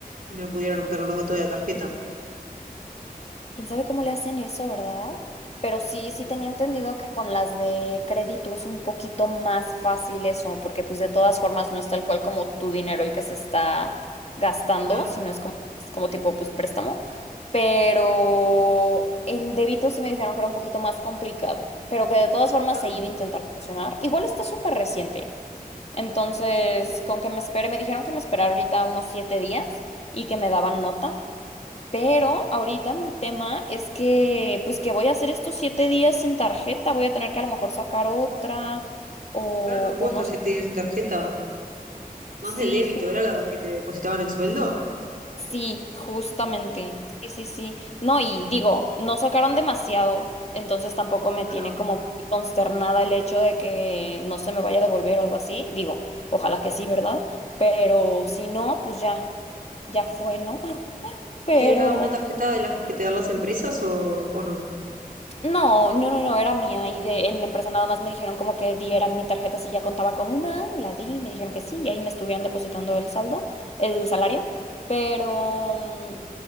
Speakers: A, on the right; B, on the left.
A: me pudieron obtener los datos de la tarjeta.
B: ¿Quién sabe cómo le hacen eso, verdad? Pero sí, sí
A: No,
B: tenía entendido que con las de crédito es un poquito más fácil eso, porque pues de todas formas no es tal cual como tu dinero el que se está gastando,
A: Claro,
B: sino es como, es como tipo pues préstamo. Pero en débito sí me dijeron que era un poquito más complicado, pero que de todas formas
A: claro,
B: se iba a intentar funcionar. Igual está súper reciente. Entonces, con que me espere, me dijeron que me esperara ahorita unos siete días y que me daban nota. Pero ahorita mi tema es que, pues que voy a hacer estos siete días sin tarjeta, voy a tener que a lo mejor sacar otra o,
A: claro, no puedo
B: o
A: estar
B: no. s-
A: siete días sin tarjeta. Más
B: Sí,
A: de débito,
B: ju-
A: era la que te depositaban el sueldo.
B: sí, justamente.
A: Sí,
B: Sí, sí, sí. No, y digo, no sacaron demasiado, entonces tampoco me
A: Claro.
B: tiene como muy consternada el hecho de que no se me vaya a devolver o algo así. Digo, ojalá que sí, ¿verdad? Pero si no, pues ya, ya fue, ¿no? <laughs> Pero...
A: ¿Y era una tarjeta de las que te dan las empresas o, o no?
B: No, no, no, no, era mía y de, en la empresa nada más me dijeron como que diera mi tarjeta si ya contaba con una, la di, me dijeron que sí y ahí me estuvieron depositando el saldo, el salario, pero, mm,